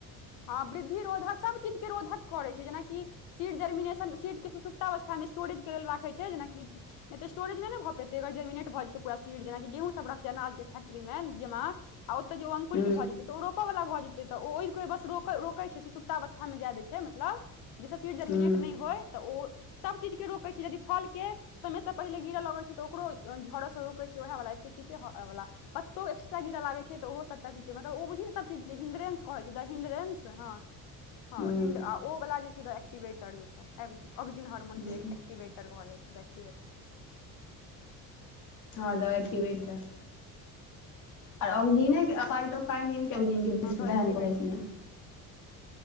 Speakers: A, on the left; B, on the left.
A: हँ, वृद्धि-रोधक सभ चीजके रोधक करै छै, जेना कि सीड जर्मिनेशन, सीडके। अवस्था मे स्टोरेज के लेल राखै छै जेनाकि। एते स्टोरेज नहि ने भऽ पेतै, गर जमिनेट भऽ जेतै। पूरा सीर जेना गेहूँ सभ रहतै, अनाजक फैक्ट्रीमे जमा। आ ओतऽ जे ओ अंकुरित
B: हूं
A: भ जेतै तऽ ओ रोपऽ वला भऽ जेतै त ओहि के बस र रोके छै सुसुकता अवस्था मे जाय देै छै मतलब। जहिसे सीड जर्मिनेट
B: हूं
A: नहि होय तऽ ओ सभ चीजके रोकै छै यदि फलके। समयसँ पहिने गिरऽ लगैत छै तऽ ओकरो झड़सँ रोकैत छै, ओएहवाला सीसी वाला। पत्तो एक्स्ट्रा गिर लागै छै तऽ ओहो सभटा चीज के मतलब ओ बुझी ने सभ चीज के हिंग्रेंस कहै छै द हिंग्रेंस हँ ह
B: हूं
A: ओ वला जे छै एक्टिवेटर ऑग्जिन हार्मोन
B: हूं
A: एकटिवेट भऽ जैय छै एक्टिवेट
B: हँ दबाई पीबै त आ अजिे
A: इएह
B: त
A: सबके से
B: त ख नजिन के
A: हँ द
B: बहन
A: एक्टिवेटर
B: कर छ। <unintelligible>